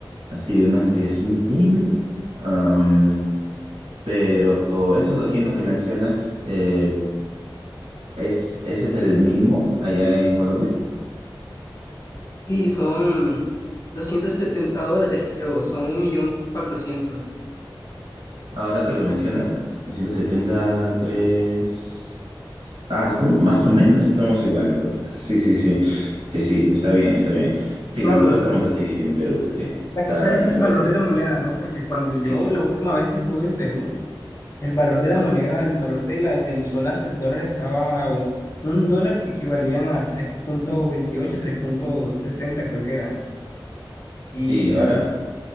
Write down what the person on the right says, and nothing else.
así, unos 10.000, am, pero esos 200 que mencionas, eh, ¿es, ese es el mínimo allá en Colombia?
Ahora que lo mencionas, 273. Ah, está- más o menos estamos igual entonces. Sí, sí, sí. Sí, sí, está bien, está bien. Sí,
nosotros
estamos así en Perú, sí.
Está
así
parecido.
Sí, sí.
Sí, ahora,